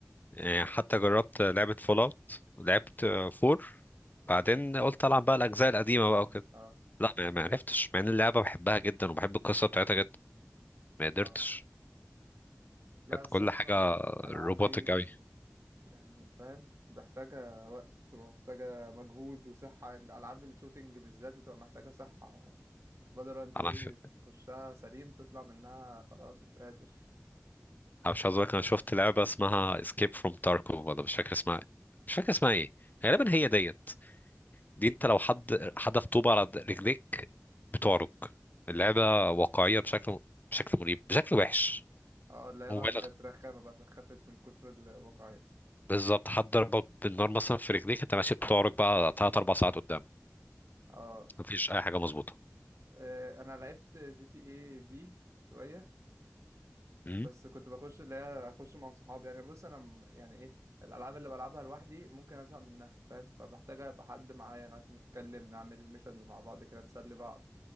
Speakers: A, on the left; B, on the right.
A: يعني حتى جربت لعبه فول اوت لعبت فور بعدين قلت العب بقى الاجزاء القديمه بقى وكده
B: اه
A: لا ما ما عرفتش مع ان اللعبه بحبها جدا وبحب القصه بتاعتها جدا ما قدرتش
B: اه لا
A: كانت
B: الصراحة
A: كل حاجه
B: الألعاب
A: روبوتك
B: دي
A: قوي
B: يعني فاهم محتاجة وقت ومحتاجة مجهود وصحة يعني ألعاب الشوتينج بالذات بتبقى محتاجة صحة يعني فالورانت دي
A: انا ف...
B: تخشها سليم تطلع منها خلاص مش قادر <laughs>
A: أنا مش عايز اقول انا شفت لعبه اسمها اسكيب فروم تاركو ولا مش فاكر اسمها مش فاكر اسمها ايه غالبا هي ديت دي انت لو حد حدف طوبة على رجليك بتعرج اللعبة واقعية بشكل بشكل مريب بشكل وحش
B: اه اللي هي
A: مبالغ
B: بقى بقت رخامة بقى سخفت من كتر الواقعية
A: بالظبط حد ضربك بالنار مثلا في رجليك انت ماشي بتعرج بقى تلات أربع ساعات قدام
B: اه
A: مفيش أي حاجة مظبوطة
B: آه، انا لعبت جي تي اي في شوية
A: امم
B: بس كنت بخش اللي هي اخش مع صحابي يعني بص انا م- يعني ايه الالعاب اللي بلعبها لوحدي ممكن ازهق منها فاهم فبحتاج ابقى حد معايا يعني نتكلم نعمل ميشنز مع بعض كده نسلي بعض